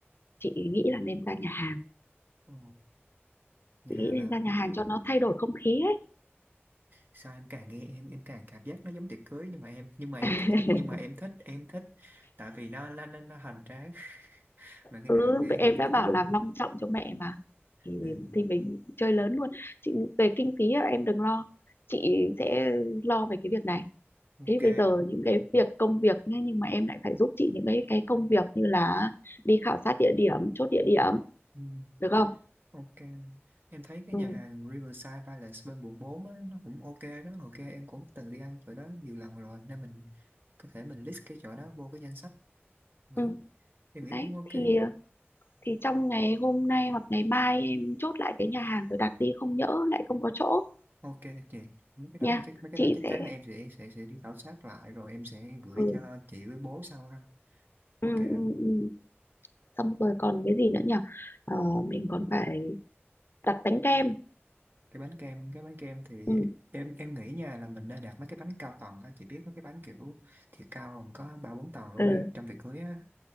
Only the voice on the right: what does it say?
ừ. nhà
hàng
là
sao em càng nghe em em càng cảm giác nó giống tiệc cưới nhưng mà em nhưng mà em
thích nhưng mà em thích em thích tại vì nó nó nó, nó hoành tráng <laughs> mà cái
này em nghĩ
cũng
tốt
ừ,
ok
ừ,
ok em thấy cái
nhà hàng Riverside Palace bên quận 4 á, nó cũng ok đó ok em cũng từng đi ăn chỗ đó nhiều lần rồi nên mình có thể mình list cái chỗ đó vô cái danh sách thử
em nghĩ
cũng ok
ok chị mấy cái đó
thì chắc mấy cái
đó chắc
chắn là em sẽ sẽ sẽ đi khảo sát lại rồi em sẽ gửi
cho chị với bố sau ha
Ok,
không?
cái bánh kem, cái bánh kem thì
em em nghĩ nha là mình nên đặt mấy cái bánh cao tầng á, chị biết mấy cái bánh kiểu thiệt cao còn có ba bốn tầng luôn
ấy trong tiệc cưới á.